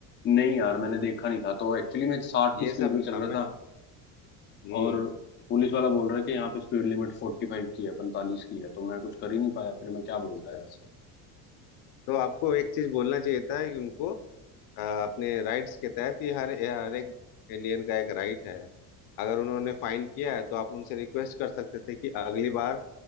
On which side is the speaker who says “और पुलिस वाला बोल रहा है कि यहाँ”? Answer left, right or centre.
Left